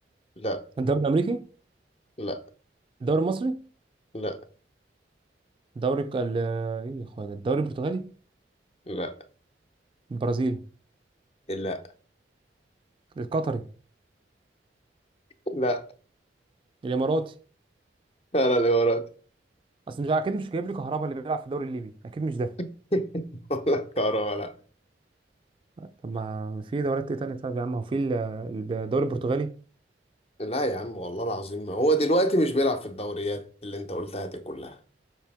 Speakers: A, on the left; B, on the right.
A: لا
B: الدوري الأمريكي
A: لا
B: الدوري المصري
A: لا
B: الدوري الك- ال- إيه يا أخويا ده؟ الدوري البرتغالي
A: لا
B: البرازيلي
A: لا
B: القطري
A: لا
B: الإماراتي
A: انا اللي ورات
B: أصل مش أكيد مش جايب لي كهربا اللي بيلعب في الدوري الليبي أكيد مش ده
A: <laughs> ولا كهربا لا
B: طب ما في دوريات إيه تانية طيب يا عم هو في ال- الدوري البرتغالي
A: لا يا عم والله العظيم ما هو دلوقتي مش بيلعب في الدوريات اللي انت قلتها دي كلها